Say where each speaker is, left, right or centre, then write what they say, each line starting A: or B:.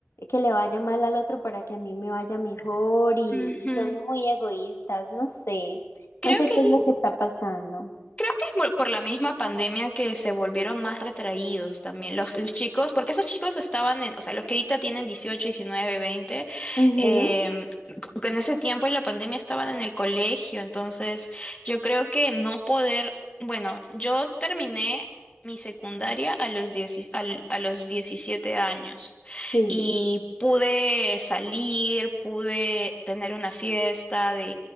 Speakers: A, on the left; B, on the left.
A: que le vaya mal al otro para que a mí me vaya mejor y,
B: Ujú.
A: y son muy egoístas, no sé,
B: Creo
A: no sé
B: que
A: qué
B: es
A: es lo que está pasando.
B: Creo que es por la misma pandemia que se volvieron más retraídos también los, los chicos, porque esos chicos estaban en, o sea, los que ahorita tienen 18 19 20
A: Ujú,
B: em, c- en ese tiempo en la pandemia estaban en el colegio, entonces yo creo que no poder, bueno, yo terminé mi secundaria a los, dieci- al- a los 17 años
A: sí,
B: y pude salir, pude tener una fiesta